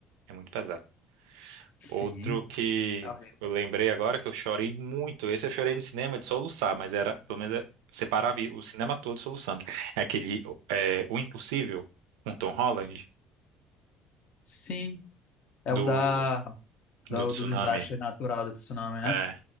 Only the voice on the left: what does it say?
Sim.
É horrível.
Sim. É
o da, do,
do desastre natural do tsunami, né?